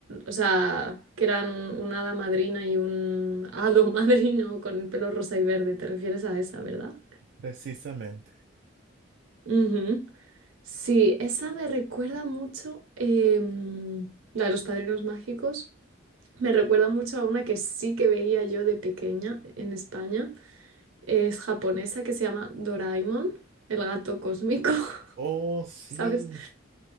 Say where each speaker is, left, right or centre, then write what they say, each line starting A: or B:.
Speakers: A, on the right (about 90°); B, on the right (about 65°).
A: O sea, que eran un- una hada madrina y un hado <laughs> madrino con el pelo rosa y verde. ¿Te refieres a esa, verdad?
B: precisamente.
A: Ujú. Sí, esa me recuerda mucho, em, la de los padrinos mágicos, me recuerda mucho a una que sí que veía yo de pequeña en España, es japonesa que se llama Doraemon, el gato cósmico, <laughs>
B: Oh, sí,
A: ¿sabes?